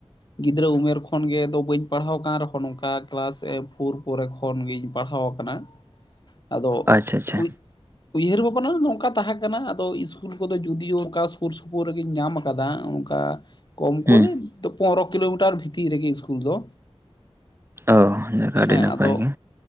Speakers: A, on the left; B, on the right.
A: ᱜᱤᱫᱽᱨᱟᱹ ᱩᱢᱮᱨ ᱠᱷᱚᱱ ᱜᱮ ᱫᱚ ᱵᱟᱹᱧ ᱯᱟᱲᱦᱟᱣ ᱠᱟᱱ ᱨᱮᱦᱚᱸ ᱱᱚᱝᱠᱟ ᱠᱞᱟᱥ ᱯᱷᱳᱨ ᱯᱚᱨᱮ ᱠᱷᱚᱼᱼ ᱠᱷᱚᱱ ᱜᱤᱧ ᱯᱟᱲᱦᱟᱣ ᱟᱠᱟᱱᱟ᱾ ᱟᱫᱚ
B: ᱟᱪᱪᱷᱟ ᱟᱪᱪᱷᱟ
A: ᱯᱩᱭᱼᱼ ᱩᱭᱦᱟᱹᱨ ᱵᱷᱟᱵᱽᱱᱟ ᱱᱚᱝᱠᱟ ᱛᱟᱦᱮᱸ ᱠᱟᱱᱟ ᱟᱫᱚ ᱤᱥᱠᱩᱞ ᱠᱚᱫᱚ ᱡᱩᱫᱤᱭᱳ ᱚᱱᱠᱟ ᱥᱩᱨ ᱥᱩᱯᱩᱨ ᱨᱮᱜᱤᱧ ᱧᱟᱢ ᱟᱠᱟᱫᱟ ᱚᱝᱠᱟ- ᱠᱚᱢ
B: ᱦᱩᱸ
A: ᱠᱚᱨᱮ ᱛᱚ ᱯᱚᱱᱨᱚ ᱠᱤᱞᱳᱢᱤᱴᱟᱨ ᱵᱷᱤᱛᱤᱨ ᱨᱮᱜᱮ ᱤᱥᱠᱩᱞ ᱫᱚ᱾
B: ᱚ ᱱᱟᱹᱠᱷᱟᱡ
A: ᱦᱮᱸ
B: ᱟᱹᱰᱤ ᱱᱟᱯᱟᱭ
A: ᱟᱫᱚ
B: ᱜᱮ᱾